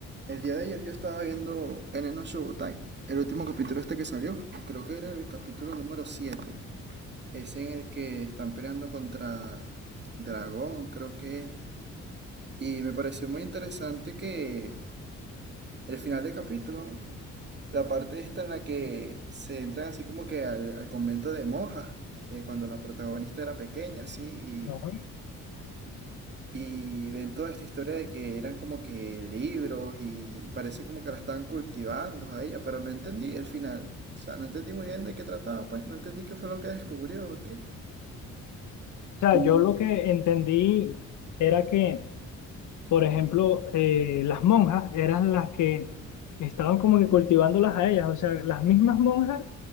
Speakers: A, on the right; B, on the left.
A: El día de ayer yo estaba viendo Eneno Shobutai, el último capítulo este que salió. Creo que era el capítulo número siete, Es en el que están peleando contra Dragón, creo que es. Y me pareció muy interesante que el final del capítulo, la parte esta en la que se entran así como que al, al convento de monjas, de cuando la protagonista era pequeña, así, y
B: Ajá. O
A: Y ven toda esta historia de que eran como que libros y parece como que la estaban cultivando a ella, pero no entendí el final. O sea, no entendí muy bien de qué trataba, pues no entendí qué fue lo que descubrió o qué.
B: sea,
A: Tú,
B: yo lo que entendí era que, por ejemplo, eh, las monjas eran las que estaban como que cultivándolas a ellas. O sea, las mismas monjas